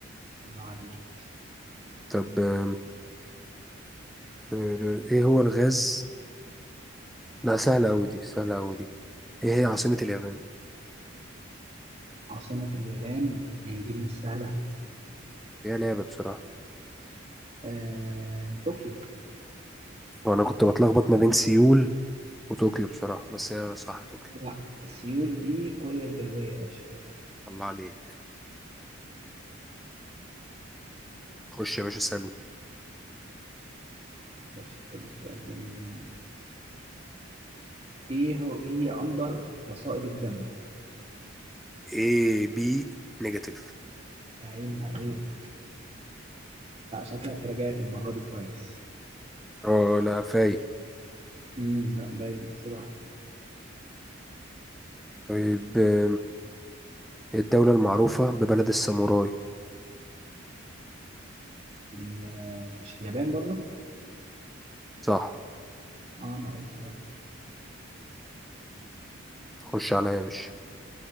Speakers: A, on the right; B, in the centre.
A: الله عليك
B: طب أم، أه، ايه هو الغاز لا سهله قوي دي سهله قوي دي ايه هي عاصمه اليابان
A: عاصمة اليابان يعني دي مش سهلة
B: هي لعبه بصراحه
A: آه، طوكيو
B: وانا كنت بتلخبط ما بين سيول وطوكيو بصراحه بس هي صح طوكيو
A: لا سيول دي كوريا الجنوبية يا باشا
B: الله عليك خش يا باشا سلمى
A: ماشي يا باشا خد السؤال ده مني إيه هو إيه هي أندر فصائل الدم
B: اي بي نيجاتيف
A: يا عيني عليك لا شكلك رجعت المرة دي كويس
B: اه لا فايق
A: امم لا باين بصراحة
B: طيب آم، الدولة المعروفة ببلد الساموراي
A: ال- مش اليابان برضو
B: صح
A: اه أنا قلت برضه
B: خش عليا يا باشا